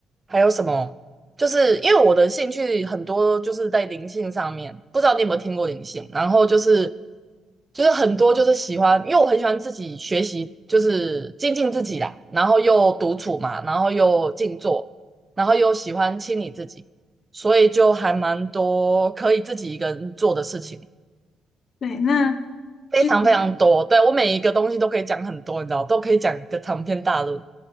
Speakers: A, on the right; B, on the left.
A: 还有什么？就是因为我的兴趣很多，就是在灵性上面，不知道你有没有听过灵性？然后就是就是很多就是喜欢，因为我很喜欢自己学习，就是精进自己啦，然后又独处嘛，然后又静坐，然后又喜欢清理自己，所以就还蛮多可以自己一个人做的事情，
B: 对，那
A: 非常非常多。
B: 就
A: 对，我每一个东西都可以讲很多，你知道，都可以讲个长篇大论。